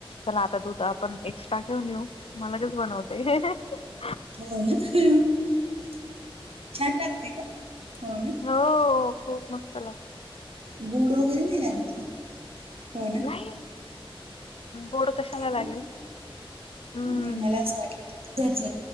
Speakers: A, on the left; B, on the right.
A: चला, आता दूध आपण एक्स्ट्रा घेऊन येऊ. म लगेच बनवते. <unintelligible>
B: हो, ना. <unintelligible> छान लागते का? हो, न.
A: हो खूप मस्त वा
B: गोड वगैरे नाही लागत का? हो ना
A: नाही! गोड कशाला
B: नाही का
A: लागेल? हम्म
B: नाही मला असं वाटलं दुधाच